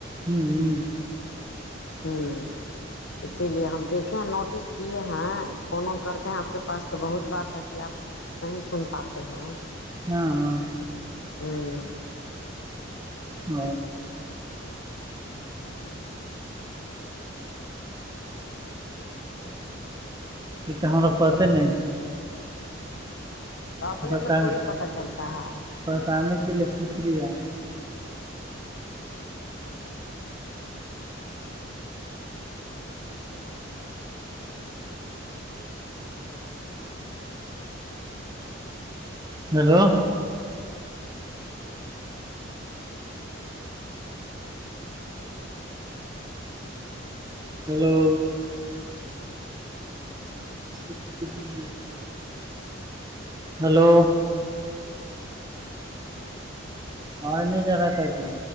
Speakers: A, on the right (about 20°); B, on the left (about 70°).
A: ہم ہم
B: ہمم اسی لیے ہم دیکھیں نوٹس کیے ہیں فون وون کرتے ہیں آپ کے پاس تو بہت بات ہے کہ آپ نہیں سن پاتے ہیں
A: ہاں ہاں
B: ہمم
A: ہ یہ تو ہمارا پتا نہیں تھاا
B: تو اپنے
A: بتانے
B: سے تھوڑی پتا چلتا ہے
A: بتانے کے لیے شکریہ ہیلو ہیلو سب ٹھیک ہے ہیلو آواز نہیں جارہا کیا جی